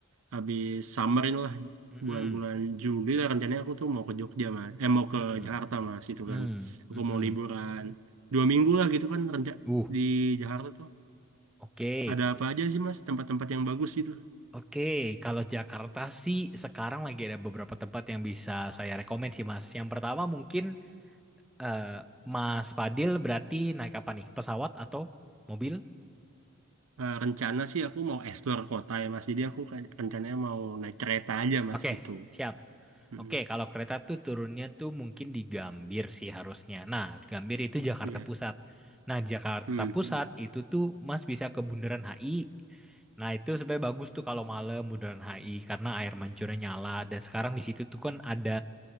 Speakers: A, on the right; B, in the centre.
A: habis summer inilah
B: Mm-mm.
A: bulan-bulan Juli lah rencananya aku tuh mau ke Jogja mas eh mau ke
B: Mm-mm.
A: Jakarta mas gitu
B: Mm,
A: kan aku
B: mm-mm.
A: mau liburan dua minggu lah gitu kan renca
B: Uh,
A: di Jakarta tuh
B: oke.
A: ada apa aja sih mas tempat-tempat yang bagus gitu
B: Oke, kalau Jakarta sih sekarang lagi ada beberapa tempat yang bisa saya rekomen sih Mas. Yang pertama mungkin Eh, Mas Fadil berarti naik apa nih? Pesawat atau mobil?
A: Eh, rencana sih aku mau explore kota ya mas jadi aku kayak rencananya mau naik kereta aja mas
B: Oke,
A: gitu
B: siap.
A: Mm-mm.
B: Oke, kalau kereta tuh turunnya tuh mungkin di Gambir sih harusnya. Nah, di Gambir itu Jakarta
A: iya
B: Pusat. Nah, di Jakarta
A: Hmm,
B: Pusat
A: hmm.
B: itu tuh Mas bisa ke Bundaran HI. Nah, itu sebenarnya bagus tuh kalau malam Bundaran HI karena air mancurnya nyala dan sekarang di situ tuh kan ada